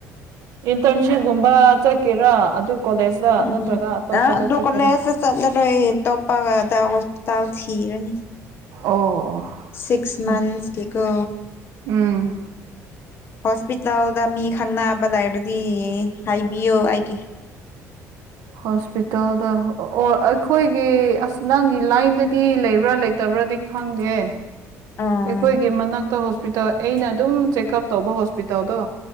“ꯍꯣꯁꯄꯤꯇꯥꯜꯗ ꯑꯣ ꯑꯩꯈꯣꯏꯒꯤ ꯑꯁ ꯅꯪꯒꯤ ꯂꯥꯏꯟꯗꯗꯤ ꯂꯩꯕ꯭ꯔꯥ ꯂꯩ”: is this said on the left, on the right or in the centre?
Right